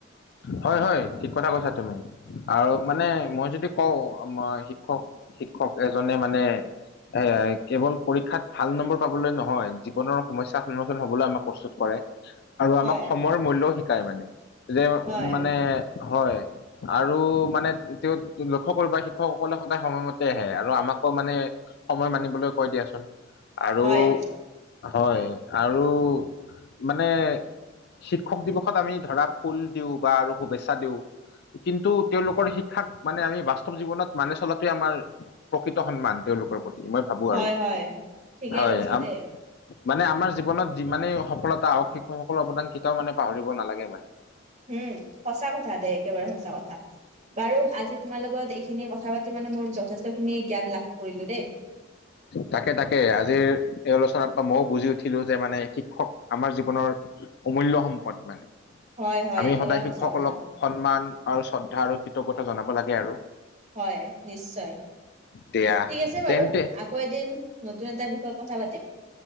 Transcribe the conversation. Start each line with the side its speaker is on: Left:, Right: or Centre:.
Left: হয়, হয় ঠিক কথা কৈছা তুমি। আৰু মানে মই যদি কওঁ আ শিক্ষক শিক্ষক এজনে মানে এ কেৱল পৰীক্ষাত ভাল নম্বৰ পাবলৈ নহয় জীৱনৰ সমস্যাৰ সন্মুখীন হবলৈ আমাক প্ৰস্তুত কৰে। আৰু
Right: হয়
Left: আমাক সময়ৰ মূল্যও শিকায় মানে, যে
Right: হয়
Left: মানে হয়। আৰু মানে তেওঁ লক্ষ কৰিবা শিক্ষকসকলে সদায় সময়মতে আহে, আৰু আমাকো মানে সময় মানিবলৈ কৈ দিয়াচোন। আৰু
Right: হয়
Left: হয়, আৰু মানে শিক্ষক দিৱসত আমি ধৰা ফুল দিওঁ বা আৰু শুভেচ্ছা দিওঁ কিন্তু তেওঁলোকৰ শিক্ষাক মানে আমি বাস্তৱ জীৱনত মানে চলাতোৱে আমাৰ প্ৰকৃত সন্মান তেওঁলোকৰ প্ৰতি মই ভাবো
Right: হয়
Left: আৰু,
Right: হয় ঠিকেই
Left: হয়।
Right: কৈছা দেই
Left: মানে আমাৰ জীৱনত যিমানেই সফলতা আহক শিক্ষক সকলৰ অৱদান কেতিয়াও মানে পাহৰিব নালাগে মানে।
Right: উম সঁচা কথা দে একেবাৰে সঁচা কথা। বাৰু আজি তোমাৰ লগত এইখিনি কথা পাতি মানে মোৰ যথেষ্ট খিনি জ্ঞান লাভ কৰিলো দেই।
Left: তাকে তাকে আজিৰ এই আলোচনাৰ পৰা মইও বুজি উঠিলো যে মানে শিক্ষক আমাৰ জীৱনৰ অমূল্য সম্পদ মানে।
Right: হয় হয়
Left: আমি
Right: একেবাৰে
Left: সদায়
Right: সঁচা
Left: শিক্ষসকলক
Right: কথা
Left: সন্মান আৰু শ্ৰদ্ধা আৰু কৃতজ্ঞতা জনাব লাগে আৰু।
Right: হয়, নিশ্চয়
Left: দিয়া
Right: ঠিক আছে বাৰু
Left: তেন্তে
Right: কৌ এদিন নতুন এটা বিষয়ত কথা পাতিম।